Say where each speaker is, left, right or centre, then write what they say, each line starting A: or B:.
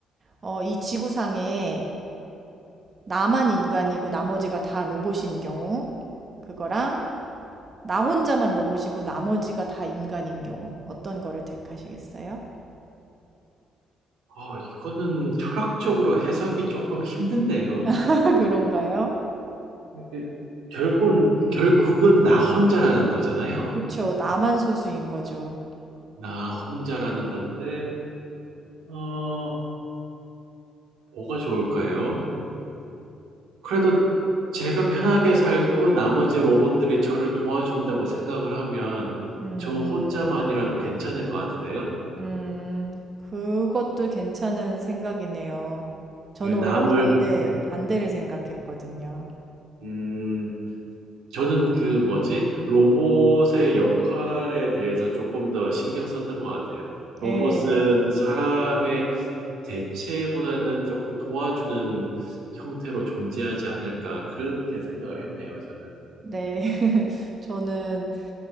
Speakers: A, on the right; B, on the right.
A: 어, 이 지구상에 나만 인간이고 나머지가 다 로봇인 경우, 그거랑 나 혼자만 로봇이고 나머지가 다 인간인 경우 어떤 거를 택하시겠어요?
B: 어, 이거는 철학적으로 해석이 조금 힘든데요.
A: <laughs> 그런가요?
B: 이게 결국은, 결국은 나 혼자라는 거잖아요.
A: 그쵸. 나만 소수인 거죠.
B: 나 혼자라는 건데, 어, 뭐가 좋을까요? 그래도 제가 편하게 살고 나머지 로봇들이 저를 도와준다고 생각을 하면
A: 음,
B: 저 혼자만이라도 괜찮을 것 같은데요.
A: 음, 그것도 괜찮은 생각이네요. 저는
B: 예, 남을,
A: 오히려 반대,
B: 네,
A: 반대를 생각했거든요.
B: 음, 저는 그 뭐지? 로봇의 역할에 대해서 조금 더 신경 썼던 것 같아요. 로봇은
A: 예,
B: 사람의 대체보다는 조금 도와주는 형태로 존재하지 않을까, 그렇게 생각을 했네요, 저는.
A: 네. <laughs> 저는